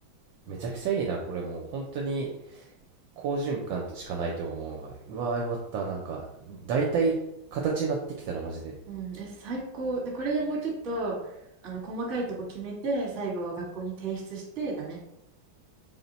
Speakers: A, on the right; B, on the right.
A: めちゃくちゃいいなこれもう本当に好循環としかないと思うわ。うわー、よかった。なんか、だいたい形になってきたな、マジで。
B: うん、え、最高。で、これでもうちょっと、あの、細かいとこ決めて、最後、学校に提出して、だね。